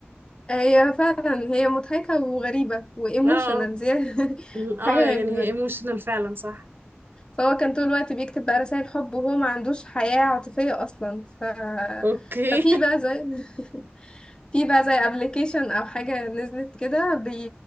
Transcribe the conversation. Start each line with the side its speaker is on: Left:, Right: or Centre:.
Left: آه، هي فعلا هي مضحكة وغريبة وايموشنال
Right: اه
Left: زيادة <laughs>
Right: اه
Left: حاجة
Right: يعني
Left: غريبة
Right: هي ايموشنال فعلا صح
Left: فهو كان طول الوقت بيكتب بقى رسائل حب وهو ما عندوش حياة عاطفية اصلا ف
Right: اوكي
Left: ففي بقى زي <laughs> في بقى زي ابلكيشن او حاجه نزلت كده بي...